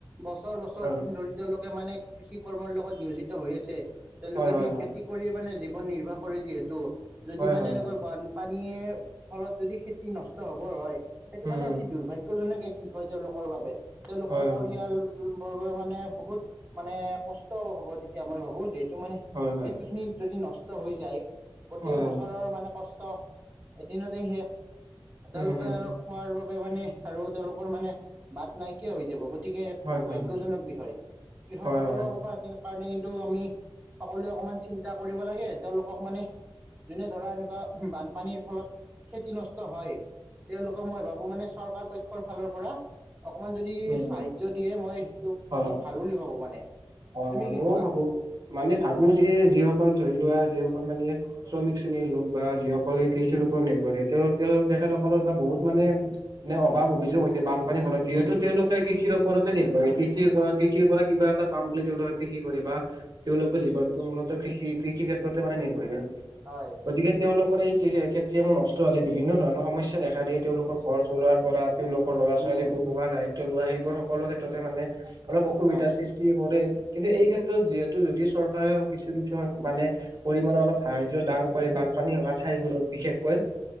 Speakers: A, on the right; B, on the right.
A: বছৰ-বছৰ
B: হয়
A: দিন ধৰি- তেওঁলোকে মানে কৃষি কৰ্মৰ লগত নিয়োজিত হৈ আছে। তেওঁলোকে
B: হয় হয়
A: সেই
B: হয়
A: খেতি- কৰিয়ে মানে জীৱন নিৰ্বাহ কৰে যিহেতু। যদি
B: হয়
A: মানে
B: হয়
A: এনেকুৱা
B: হয়
A: বান- পানীয়ে ফলত যদি খেতি নষ্ট হ'বৰ হয়, সেইটো
B: উম
A: মানে অতি দুৰ্ভাগ্য। সেইকেজনে এক বিষয় তেওঁলোকৰ বাবে। তেওঁলোকৰ
B: হয় হয়
A: পৰিয়াল- বৰ্গৰ মানে বহুত মানে কষ্ট হ'ব তেতিয়া মই ভাবো যে- টো মানে
B: হয় হয়
A: খেতি খিনি যদি নষ্ট হৈ যায় গোটেই
B: হয় হয়
A: বছৰ- ৰ মানে কষ্ট এদিনতেই শেষ। তেওঁলোকে
B: উম হম
A: আৰু- খোৱাৰ বাবে মানে আৰু তেওঁলোকৰ মানে বাট নাই- কিয়া হৈ যাব, গতিকে এক
B: হয়
A: দুৰ্ভাগ্যজনক
B: হয় হয়
A: বিষয়। কৃষকসকলৰ
B: হয় হয়
A: পৰা কিন্তু- কাৰণে কিন্তু আমি সকলোৱে অকণমান চিন্তা কৰিব লাগে। তেওঁলোকক মানে- যেনে ধৰা এনেকুৱা বানপানীৰ ফলত খেতি নষ্ট হয়। তেওঁলোকক মই ভাবো মানে চৰকাৰ পক্ষৰ ফালৰ পৰা- অকণমান যদি
B: উম
A: সাহাৰ্য দিয়ে, মই সেইটো
B: হয়
A: বহুত
B: হয়
A: ভাল বুলি ভাবো মানে।
B: হয়
A: তুমি
B: হয়,
A: কি
B: মইও
A: কোৱা
B: ভাবো। মানে ভাবো যে যিসকল ধৰি লোৱা যিসকল মানে- শ্ৰমিক শ্ৰেণীৰ লোক বা যিসকলে কৃষিৰ ওপৰত নিৰ্ভৰে তেওঁ তেখেতসকলৰ বা বহুত মানে নে অভাৱ অভিযোগ ওঠে। বান পানী হয়। যিহেতু তেওঁলোকে কৃষিৰ ওপৰতে নিৰ্ভৰশীল। কৃষিৰ-কৃষিৰ পৰা কিবা এটা- পাম বুলি তেওঁলোকে কৃষি কৰি বা- তেওঁলোকৰ জীৱনটো মূলত কৃষি-কৃষি ক্ষেত্ৰতে মানে নিৰ্ভৰশীল।
A: হয়
B: গতিকে তেওঁলোকৰ এই- খেতিয়কে নষ্ট হ'লে বিভিন্ন ধৰণৰ সমস্যা দেখা দিয়ে তেওঁলোকৰ ঘৰ চলোৱাৰ পৰা- তেওঁলোকৰ ল'ৰা-ছোৱালী
A: উম, উম,
B: পঢ়া দায়িত্ব লোৱা সেইবোৰ সকলো ক্ষেত্ৰতে মানে অলক অসুবিধা
A: হয়
B: সৃষ্টি- কৰে। কিন্তু এই ক্ষেত্ৰত যিহেতু যদি চৰকাৰেও কিছু-কিছু মানে- পৰিমানৰ অলপ সাহাৰ্য্য দান কৰে। বানপানী অভাৱ হোৱা ঠাইবোৰত বিশেষকৈ